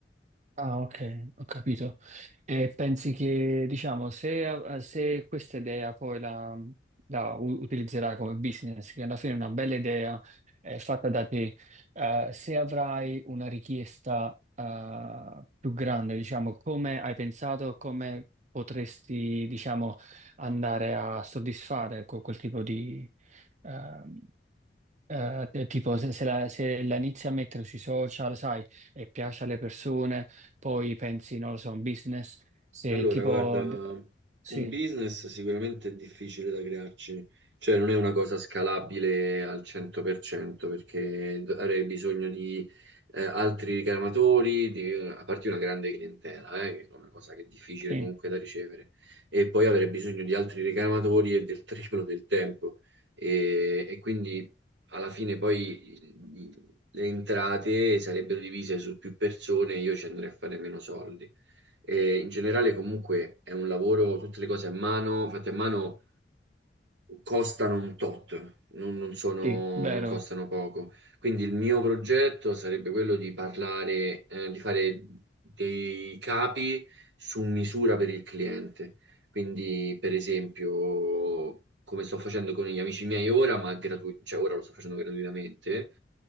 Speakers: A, on the right (about 40°); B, on the right (about 75°).
A: Ah, ok, ho capito. E pensi che, diciamo, se, se questa idea poi la, la u- utilizzerai come business, che alla fine è una bella idea, è fatta da te, eh, se avrai una richiesta, eh, più grande, diciamo, come hai pensato, come potresti, diciamo, andare a soddisfare con quel tipo di, ehm, eh, eh, tipo se, se la, se la inizi a mettere sui social, sai, e piace alle persone, poi pensi, non lo so, un business, se
B: Allora,
A: tipo...
B: guarda, un
A: d- Sì,
B: business sicuramente è difficile da crearci, cioè non è una cosa scalabile al 100% perché d- avrei bisogno di eh, altri ricamatori, di, a parte una grande clientela, eh, che è una cosa che è difficile
A: sì,
B: comunque da ricevere, e poi avrei bisogno di altri ricamatori e del <laughs> triplo del tempo. E, e quindi alla fine poi i- i- le entrate sarebbero divise su più persone e io ci andrei a fare meno soldi. E in generale comunque è un lavoro, tutte le cose a mano, fatte a mano, costano un tot, non, non sono,
A: sì, vero,
B: non costano poco. Quindi il mio progetto sarebbe quello di parlare, eh, di fare dei capi su misura per il cliente. Quindi, per esempio, come sto facendo con gli amici miei ora, ma gratu- cioè ora lo sto facendo gratuitamente,